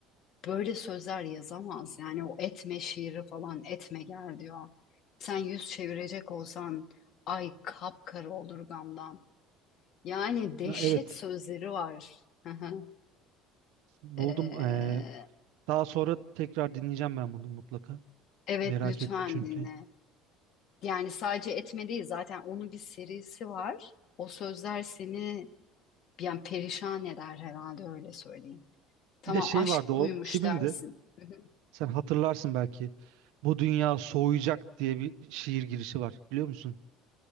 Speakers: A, on the left; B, on the right.
A: böyle sözler yazamaz. Yani o etme şiiri falan etme gel diyor. Sen yüz çevirecek olsan ay kapkara olur gamdan. Yani dehşet
B: Ha, evet.
A: sözleri var. Hı hı.
B: Buldum.
A: Ee,
B: Ee, daha sonra tekrar dinleyeceğim ben bunu mutlaka.
A: evet
B: Merak
A: lütfen
B: ettim çünkü.
A: dinle. Yani sadece etme değil zaten onun bir serisi var. O sözler seni yani perişan eder herhalde öyle söyleyeyim. Tamam
B: Bir de şey
A: aşk
B: vardı o
A: buymuş
B: kimindi?
A: dersin. Hı hı.
B: Sen hatırlarsın belki. Bu dünya soğuyacak diye bir şiir girişi var. Biliyor musun?